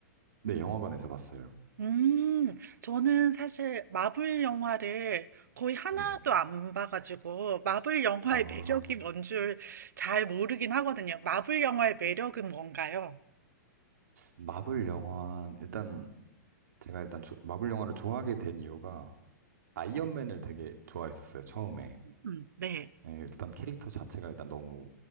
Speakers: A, on the right; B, on the right.
A: 네, 영화관에서 봤어요.
B: 음, 저는 사실 마블 영화를 거의 하나도
A: 네.
B: 안 봐가지고 마블 영화의
A: 아,
B: 매력이 <laughs> 뭔 줄 잘 모르긴 하거든요. 마블 영화의 매력은 뭔가요?
A: 마블 영화, 일단 제가 일단 조- 마블 영화를 좋아하게 된 이유가 아이언맨을 되게 좋아했었어요, 처음에.
B: 음, 네.
A: 예, 일단 캐릭터 자체가 일단 너무